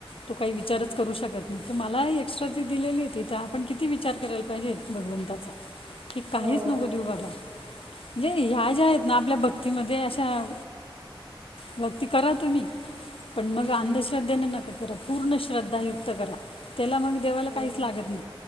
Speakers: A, on the left; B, on the right.
A: तो काही विचारच
B: हं.
A: करू शकत त मला एक्स्ट्रा जी दिलेली आहे तिथ आपण किती विचार करायला पाहिजे भगवंताचा. की काहीच
B: हो.
A: नको दिऊ बाबा. जे ह्या ज्या आहेत ना आपल्या भक्तीमध्ये अशा भक्ती करा तुम्ही
B: <inaudible>
A: पण मग अंधश्रद्धेने
B: हम्म.
A: नका करा पूर्ण श्रद्धायुक्त करा. त्याला मग देवाला
B: हम्म.
A: काहीच लागत नाही.